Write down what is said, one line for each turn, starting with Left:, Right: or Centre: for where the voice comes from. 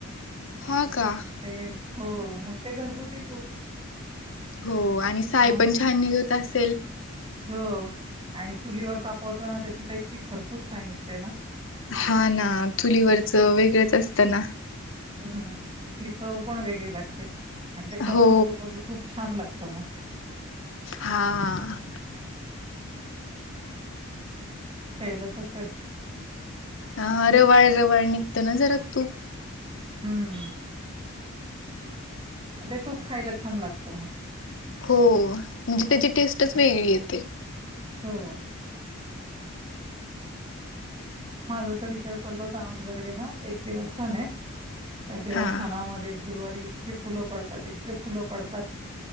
Left: हा का.
Right: ते हो मग ते घरगुती तूप-
Left: हो आणि साय
Right: मग
Left: पण छान निघत असेल.
Right: हो आणि चुलीवर तापवताना त्याची तर इतकी खरपूस सय निगते ना.
Left: हा ना चुलीवरचं वेगळंच असतं ना
Right: हम्मम ती चव पण वेगळी लागते. आणि त्या खरपूस्
Left: हो
Right: तूपाचं खूप छान लागत. त म-
Left: हा हा.
Right: केलं तसय.
Left: ह रवाळ रवाळ निघतं ना जरा तूप.
Right: हम्म. ते तूप खायला छान लागतं मग.
Left: हो म्हणजे- त्याची टेस्टच
Right: हम्म.
Left: वेगळी येते.
Right: हो माझा तर विचार चालला होता आमच्याकडे ना एक दिवस्थाने- त्या देवस्थानामध्ये-
Left: हा
Right: गुरुवारी इतके फुल पडतात इतके फुलं पडतात